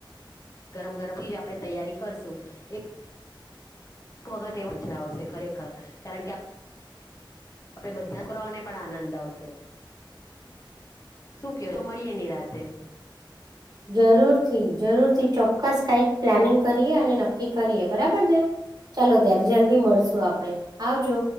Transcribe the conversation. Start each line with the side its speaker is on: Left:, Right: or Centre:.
Left: ગરમ ગરમ થી જ આપણે તૈયારી કરશું એક. એક વખત એ મજા આવશે ખરેખર કારણ કે આપડે બધા <unintelligible> ઓને પણ આનંદ આવશે શું કે તો મળીએ ની રાતે
Right: જરૂર થી જરૂર થી ચોક્કસ કઈક પ્લાનિંગ કરીએ અને નક્કી કરીએ બરાબર ને. ચાલો ત્યારે જલ્દી મળશું આપડે આવજો.